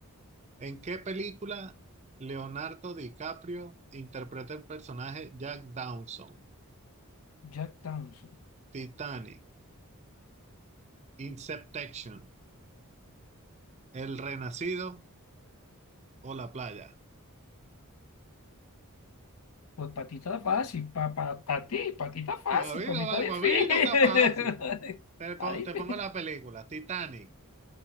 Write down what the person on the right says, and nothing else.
¿En qué película Leonardo DiCaprio interpreta el personaje Jack Dawson?
Titanic, Inception, El Renacido o La Playa.
<laughs> A mí
no,
va-
para mí no está fácil.
Te,
po-
te pongo la película, Titanic,